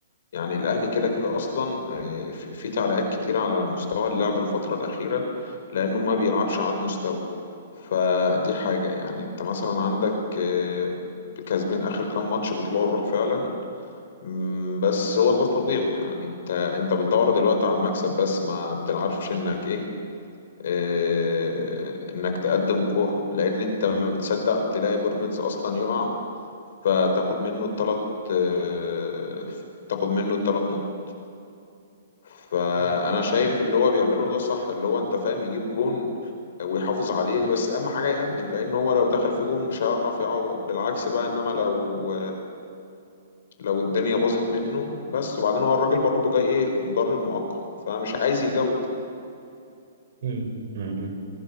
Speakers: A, on the left; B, on the right.
A: يعني الأهلي كده كده أصلا آه، في في تعليقات كتير على مستوى اللعب الفترة الأخيرة لأنه ما بيلعبش على المستوى فدي حاجة يعني أنت مثلا عندك آه، كسبين آخر كام ماتش بيطلعوا الروح فعلا مم، بس هو ده طبيعي يعني أنت أنت بتدور دلوقتي على المكسب بس ما بتلعبش إنك إيه آه، إنك تقدم كور لأن أنت ما بتصدق تلاقي بيراميدز أصلا يقع فتاخد منه التلات آه، تاخد منه التلات نقط فانا
B: حقيقي
A: شايف اللي هو بيعمله ده صح اللي هو انت فاهم يجيب جون ويحافظ عليه بس اهم حاجه يامن لان هو لو دخل في جون مش هيعرف يعوض بالعكس بقى انما لو لو الدنيا باظت منه بس وبعدين هو الراجل برضه جاي ايه مدرب مؤقت فمش عايز يجود
B: مم. مم. مم.